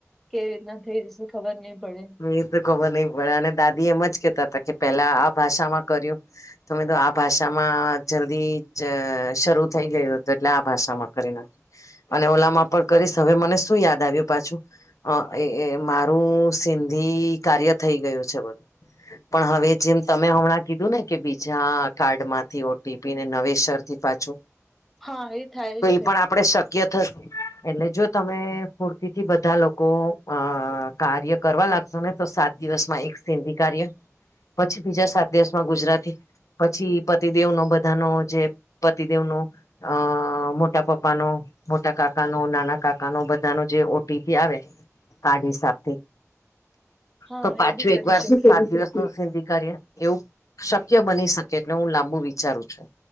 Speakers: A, in the centre; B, on the left.
A: કેવી રીતના થઈ જશે ખબર નઈ પડે.
B: એ તો ખબર નહ પડે અને દાદી એમ જ કેતા હતા કે પેલા આ ભાષામાં કર્યું. તમે તો આ ભાષામાં જલ્દી શરૂ થઈ ગયું હતું એટલે આ ભાષામાં કરી નાખ્યો. અને ઓલામાં પણ કરીશ હવે મને શું યાદ આવ્યું પાછું એ મારું સિંધી કાર્ય થઈ ગયું છે બધું. પણ હવે જેમ તમે હમણાં કીધું ને કે બીજા કાર્ડ માંથી ઓ ટી પી ને નવેસરથી પાછું
A: <unintelligible> એ થાય
B: તો
A: છે
B: એ પણ આપડે શક ક્ય થશે એટલે જો તમે ફૂરતીથી બધા લોકો અ કાર્ય કરવા લાગશો ને તો સાત દિવસમાં એક સિંધી કાર્ય પછી બીજા સાત દિવસમાં ગુજરાતી પછી પતિદેવનો બધાનો જે પતિદેવનો અ મોટા પપ્પાનો મોટા કાકાનો નાના કાકાનો બધાનો જે ઓ ટી પી આવે કાર્ડ હિસાબથી
A: હા
B: તો પાછું
A: એ બી કરી
B: એક વાર
A: શકીએ
B: સાત દિવસ સિધી કરીએ. એવું શક્ય બની શકે એટલે હું લાંબુ વિચારું છું.